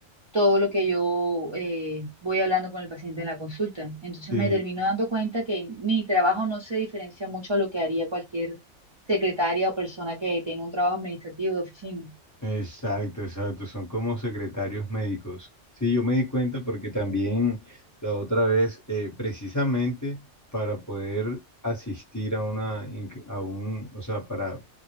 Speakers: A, on the right; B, on the left.
A: todo lo que yo eh, voy hablando con el paciente en la consulta. Entonces
B: sí,
A: me termino dando cuenta que mi trabajo no se diferencia mucho a lo que haría cualquier secretaria o persona que tenga un trabajo administrativo de oficina.
B: Exacto, exacto, son como secretarios médicos. Sí, yo me di cuenta porque también la otra vez, eh, precisamente para poder asistir a una, inc- a un, o sea, para,